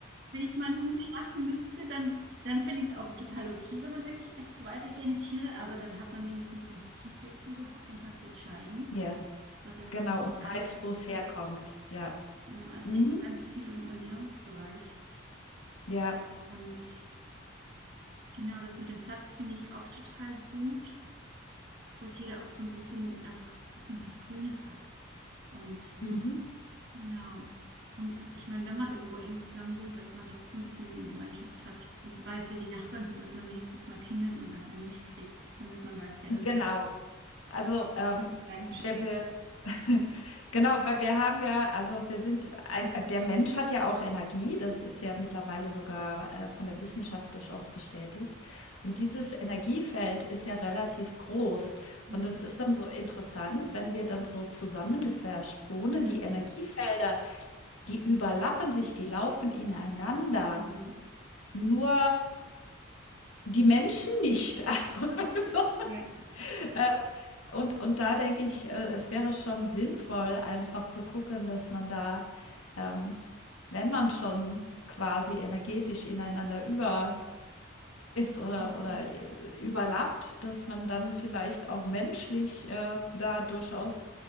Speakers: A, on the right; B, on the left.
A: Wenn ich mal ein Huhn schlachten müsste, dann, dann finde ich es auch total okay, wenn man sagt, ich esse weiter gerne Tiere, aber dann hat man wenigstens einen Bezug dazu gehabt und kann es entscheiden,
B: Ja,
A: was ja heute
B: genau, und
A: gar nicht
B: weiß,
A: der
B: wo es
A: Fall
B: herkommt.
A: ist.
B: Ja.
A: Genau, also
B: Mhm.
A: ich glaube ganz viel im Ernährungsbereich
B: Ja.
A: und Genau, das mit dem Platz finde ich auch total gut, dass jeder auch so ein bisschen einfach ein bisschen was Grünes hat. Und
B: Mhm.
A: genau. Und ich meine, wenn man irgendwo eng zusammen wohnt, dass man doch so ein bisschen eine Gemeinschaft hat und weiß, wer die Nachbarn sind, dass man wenigstens mal klingelt und nach einer Milch fragt, damit man weiß, wer
B: Genau.
A: da so einen
B: Also, ähm,
A: kleinen
B: wir,
A: Schritt.
B: wir <laughs> Genau, weil wir haben ja, also wir sind, ein, äh, der Mensch hat ja auch Energie, das ist ja mittlerweile sogar äh, von der Wissenschaft durchaus bestätigt. Und dieses Energiefeld ist ja relativ groß.
A: Mhm.
B: Und das ist dann so interessant, wenn wir dann so zusammengefärscht wohnen,
A: Mhm.
B: die Energiefelder, die überlappen sich, die laufen ineinander.
A: Mhm.
B: Nur die Menschen nicht. <laughs> Also, so,
A: Ja.
B: äh, und, und da denke ich, äh, es wäre schon sinnvoll, einfach zu gucken, dass man da, ähm, wenn man schon quasi energetisch ineinander überläuft oder,
A: Mhm.
B: oder äh, überlappt, dass man dann vielleicht auch menschlich äh, da durchaus